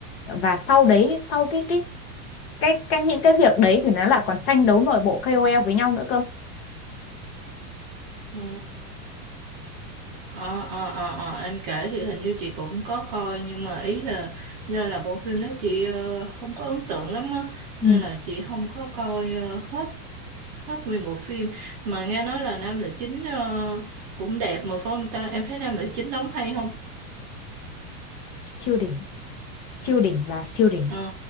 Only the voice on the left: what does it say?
Và sau đấy sau cái cái cái, cái những cái việc đấy thì nó là còn tranh đấu nội bộ ca o KOL với nhau nữa cơ.
Ừ.
Siêu đỉnh. siêu đỉnh và siêu đỉnh